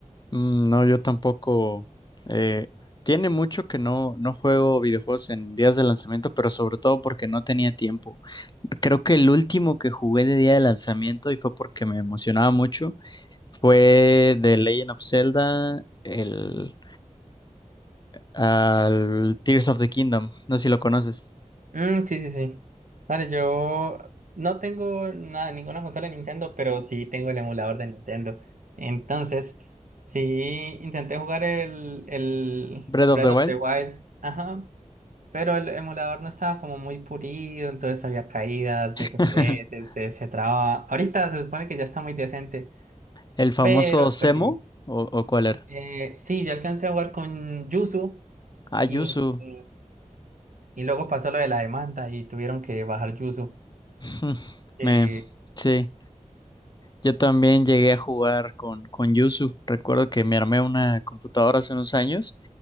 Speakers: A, on the left; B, on the right.
A: Mm, No, yo tampoco. eh, tiene mucho que no, no juego videojuegos en días de lanzamiento, pero sobre todo porque no tenía tiempo. Creo que el último que jugué de día de lanzamiento, y fue porque me emocionaba mucho, fue The Legend of Zelda, el, al Tears of the Kingdom. No sé si lo conoces.
B: Mm, sí, sí, sí. Dale, yo no tengo nada, ninguna consola de Nintendo, pero sí tengo el emulador de Nintendo. Entonces, sí intenté jugar el, el
A: Breath of
B: Breath
A: the
B: of
A: Wild.
B: the Wild, ajá, pero el emulador no estaba como muy pulido, entonces había caídas
A: <laughs>
B: de FPS, se, se traba. Ahorita se supone que ya está muy decente,
A: El famoso
B: pero
A: Semo,
B: pues sí.
A: o, o cuál era.
B: Eh, sí, yo alcancé a jugar con Yuzu
A: Ayuzu.
B: y, y luego pasó lo de la demanda y tuvieron que bajar Yuzu
A: <laughs>
B: eh,
A: Me, sí. Yo también llegué a jugar con, con Yuzu. Recuerdo que me armé una computadora hace unos años